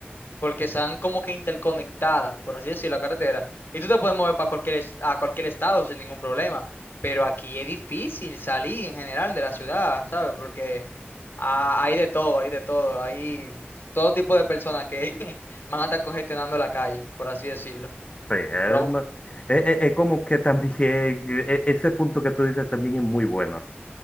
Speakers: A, on the left (about 65°); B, on the left (about 30°).
A: Porque están como que interconectadas, por así decirlo, la carretera. Y tú te puedes mover para cualquier, es- a cualquier estado sin ningún problema. Pero aquí es difícil salir en general de la ciudad, ¿sabes? Porque ah, hay de todo, hay de todo. Hay todo tipo de personas que <laughs> van a estar congestionando la calle, por así decirlo.
B: Sí, es,
A: Pero,
B: ma- es- es- es como que también, <laughs> e- ese punto que tú dices también es muy bueno, sí.